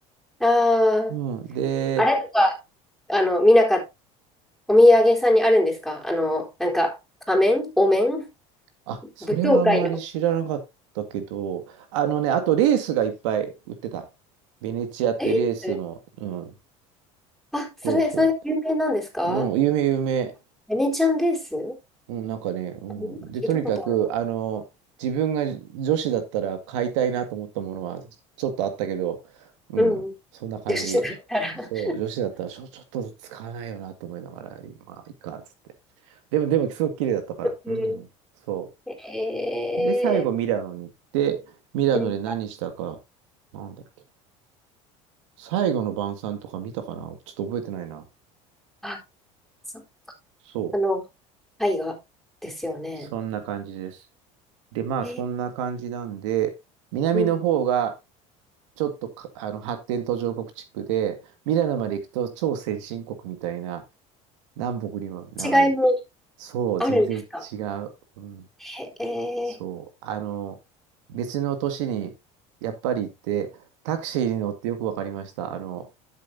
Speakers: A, in the centre; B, on the right (about 85°).
A: ああ、
B: うん。で、
A: あれとか、あの、見なかった、お土産屋さんにあるんですかあの、なんか、仮面お面
B: あ、それはあんまり知らなかったけど、
A: 舞踏会の。
B: あのね、あとレースがいっぱい売ってた。ベネチアってレースも、
A: え
B: うん、
A: あ、それ、
B: そうそ
A: それ有名なんですか
B: う。うん、有名有名。
A: ベネチアンレース
B: うん、なんかね、うん。
A: あなんか聞いたことある。
B: で、とにかく、あの、自分が女子だったら買いたいなと思ったものはちょっとあったけど、うん、
A: うん。
B: そんな感じ。
A: 女子だったら。
B: そう、女子だったらちょ、ちょっと使わないよなと思いながら、今いいか、つって。でも、でも、すごく綺麗だったから。
A: うん。
B: うん、そ
A: <laughs> え
B: う。で、最後、ミラノに行って、ミラノで何したか、
A: ー、うん。
B: なんだっけな。最後の晩餐とか見たかなちょっと覚えてないな。
A: あ、そう。
B: そう。
A: あの、絵画ですよね。
B: そんな感じです。で、まあそんな感じなんで、
A: えー、
B: 南の方が
A: うん。
B: ちょっとかあの発展途上国地区で、ミラノまで行くと超先進国みたいな、南北にも長い。
A: 違いも
B: そう、
A: あるんですか
B: 全然違う。うん、
A: へえ
B: そう。あの、別の都市にやっぱり行って、タクシーに乗ってよくわかりました。あの、